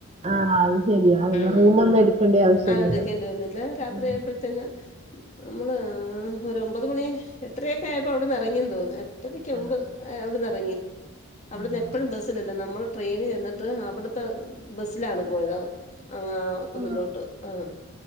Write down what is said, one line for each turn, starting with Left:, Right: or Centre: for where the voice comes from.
Right: ആ, അത് ശരിയാ പിന്നെ
Left: ഉം
Right: റൂമൊന്നും എടുക്കേണ്ട ആവശ്യമില്ലല്ലോ
Left: അത് എന്നിട്ട് രാത്രി
Right: ഉം
Left: ആയ്പഴ്ത്തേന് നമ്മള്.. ആ ഒരു ഒമ്പത് മണി എട്ടരയൊക്കെ ആയപ്പോ അവിടെന്ന് ഇറങ്ങിയെന്ന് തോന്നുന്നു എട്ടരക്ക്
Right: ആ
Left: മുൻപ് റങ്ങി അവിടുന്ന്
Right: ആ
Left: എപ്പോഴും
Right: ശരി.
Left: ബസ്സില്ലല്ലോ നമ്മൾ ട്രെയിന് ചെന്നിട്ട് അവിടുത്തെ ബസ്സിലാണ് പോയത്, ആ ആഹ് കുന്നിലോട്ട്
Right: ആ,
Left: ആഹ്